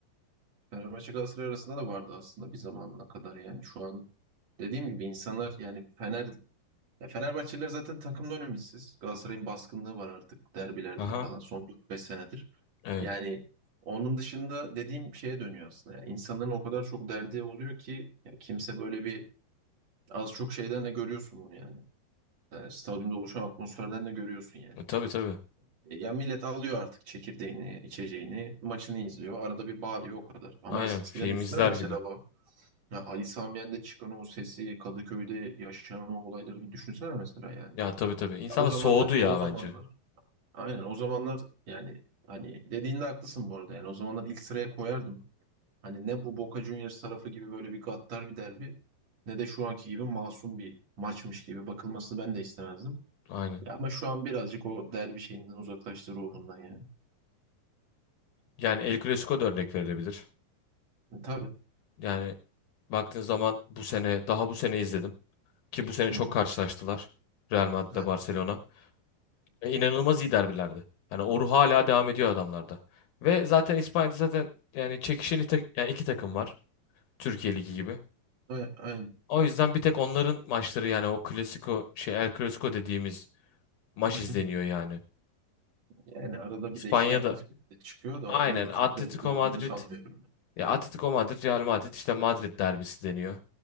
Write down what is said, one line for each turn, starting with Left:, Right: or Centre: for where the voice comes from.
Right: Fenerbahçe Galatasaray arasında da vardı aslında bir zamanına kadar yani şu an dediğim gibi insanlar yani Fener ya Fenerbahçeliler zaten takımdan ümitsiz. Galatasaray'ın baskınlığı var artık derbilerde
Left: aha
Right: falan son dört beş senedir.
Left: evet.
Right: Yani onun dışında dediğim şeye dönüyor aslında. Yani insanların o kadar çok derdi oluyor ki ya kimse böyle bir az çok şeyden de görüyorsun bunu yani. Yani stadyumda oluşan atmosferden de görüyorsun yani.
Left: E, Tabii tabii.
Right: E, Yani millet alıyor artık çekirdeğini, içeceğini, maçını izliyor. Arada bir bağırıyor o kadar. Ama
Left: Aynen
Right: eskiden
Left: film
Right: düşünsene
Left: izler
Right: mesela
Left: gibi.
Right: Ya Ali Sami Yen'de çıkan o sesi, Kadıköy'de yaşanan o olayları bir düşünsene mesela yani.
Left: Ya tabii tabii. İnsan
Right: Ya o
Left: da
Right: zamanlar,
Left: soğudu ya
Right: o zamanlar.
Left: bence.
Right: Aynen o zamanlar yani hani dediğinde haklısın bu arada yani. O zamanlar ilk sıraya koyardım. Hani ne bu Boca Juniors tarafı gibi böyle bir gaddar bir derbi ne de şu anki gibi masum bir maçmış gibi bakılmasını ben de istemezdim.
Left: Aynen.
Right: Ya ama şu an birazcık o derbi şeyinden uzaklaştı ruhundan yani.
Left: Yani El Clasico da örnek verilebilir.
Right: E, tabii.
Left: Yani baktığın zaman bu sene daha bu sene izledim ki bu sene
Right: Hı
Left: çok
Right: hı.
Left: karşılaştılar. Real Madrid'le
Right: Aynen.
Left: Barcelona. E, inanılmaz iyi derbilerdi. Yani o ruh hala devam ediyor adamlarda. Ve zaten İspanya'da zaten yani çekişen ite- yani iki takım var. Türkiye Ligi gibi.
Right: Hı. Aynen.
Left: O
Right: Aynen.
Left: yüzden bir tek onların maçları yani o Clasico şey El Clasico dediğimiz maç
Right: Hı
Left: izleniyor
Right: hı.
Left: yani.
Right: Yani arada
Left: İspanya'da
Right: bir de işte Atletico de çıkıyor da
Left: aynen
Right: onun da
Left: Atletico
Right: çok derdi olduğunu
Left: Madrid
Right: sanmıyorum.
Left: ya Atletico Madrid Real Madrid işte Madrid derbisi deniyor.